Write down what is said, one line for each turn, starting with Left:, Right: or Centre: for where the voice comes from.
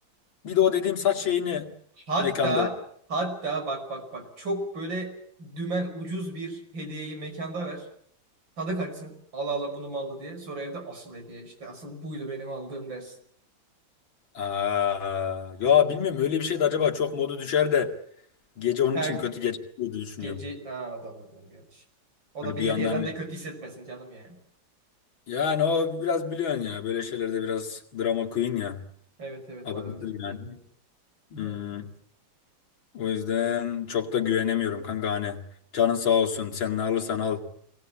Left: Bir de o dediğim saç şeyini
Right: Hatta
Left: mekanda
Right: hatta bak bak bak çok böyle dümen ucuz bir hediyeyi mekanda ver. Tadı kaçsın. Allah Allah bunu mu aldı diye. Sonra evde asıl hediye işte asıl buydu benim aldığım dersin.
Left: Aa, ya bilmiyorum öyle bir şey de acaba çok modu düşer de gece onun
Right: Her
Left: için kötü geçer diye düşünüyorum.
Right: gece Aa, o da var lan gerçi. O
Left: Hani
Right: da bir
Left: bir
Right: hediyeden
Left: yandan
Right: de kötü hissetmesin canım yani.
Left: yani o biraz biliyorsun ya böyle şeylerde biraz drama queen ya.
Right: Evet evet
Left: Abartır
Right: var öyle bir özelliği.
Left: yani. Hmm,
Right: Evet evet.
Left: o yüzden çok da güvenemiyorum kanka hani. Canın sağ olsun sen ne alırsan al